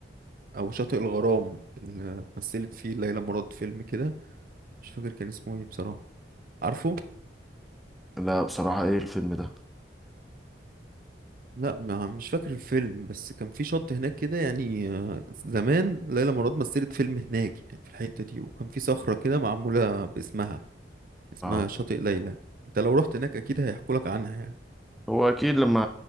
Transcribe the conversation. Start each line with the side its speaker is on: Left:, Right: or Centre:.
Right: او شاطئ الغرام اللي مثلت فيه ليلى مراد فيلم كده مش فاكر كان اسمه ايه بصراحة عارفه
Centre: لا بصراحة ايه الفيلم ده
Right: لا ما مش فاكر الفيلم بس كان في شط هناك كده يعني آه، زمان ليلى مراد مثلت فيلم هناك يعني في الحتة دي وكان في صخرة كده معمولة باسمها اسمها
Centre: اه
Right: شاطئ ليلى انت لو رحت هناك اكيد هيحكولك عنها يعني
Centre: هو اكيد لما